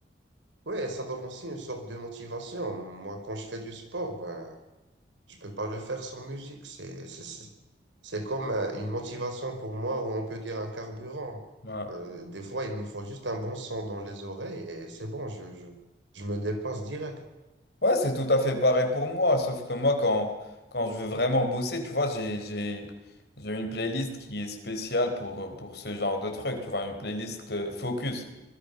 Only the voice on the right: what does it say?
Ouais, ça donne aussi une sorte de motivation. Moi, quand je fais du sport, ben, Je peux pas le faire sans musique. C'est, c'est, c'est c'est comme euh, une motivation pour moi, ou on peut dire un carburant.
Euh, des fois, il me faut juste un bon son dans les oreilles et c'est bon, je, je, je me dépasse direct.